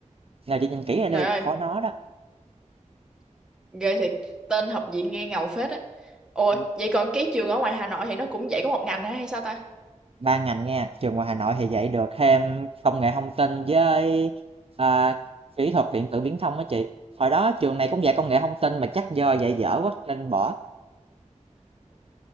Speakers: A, on the right; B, in the centre.
A: nào chị nhìn kỹ ra đi
B: trời ơi
A: có nó đó
B: ghê thiệt tên học viện nghe ngầu phết á ủa
A: Ừ.
B: vậy còn cái trường ở ngoài Hà Nội thì nó cũng dạy có một ngành hả hay sao ta
A: ba ngành nha trường ngoài Hà Nội thì dạy được thêm công nghệ thông tin với à, kỹ thuật điện tử viễn thông đó chị hồi đó trường này cũng dạy công nghệ thông tin mà chắc do dạy dở quá nên bỏ